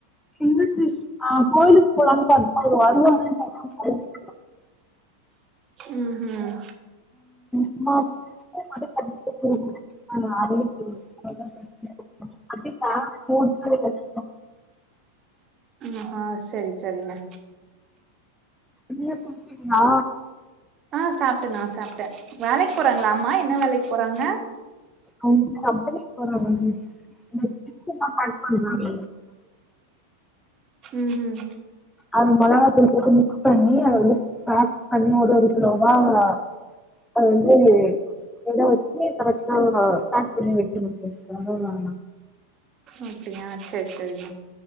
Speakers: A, in the centre; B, on the right (about 30°).
A: இல்ல சிஸ் ஆ கோயிலுக்கு போலானு பாத்தோ அவரு வருவாருனு பாத் ஆ
B: ம்ஹீம்
A: <inaudible> <inaudible>
B: ஆஹா செரி செரிங்க
A: நீங்க சாப்டீங்ளா
B: ஆ சாப்டே நா சாப்டே வேலைக்கு போறாங்ளா அம்மா என்ன வேலைக்கு போறாங்க
A: அவங்க கம்பனிக்கு போறாங்க இந்த <inaudible>
B: ம்ஹும்
A: அது மொளகாத்தூள் போட்டு மிக்ஸ் பண்ணி அத வந்து பேக் பண்ணி ஒரு ஒரு கிலோவா அவங்க அது வந்து எல்லா வெச்சு கரெக்டா பேக் பண்ணி வெக்கனு சிஸ்டர் அதுதா
B: அப்டியா செர் செரிங்க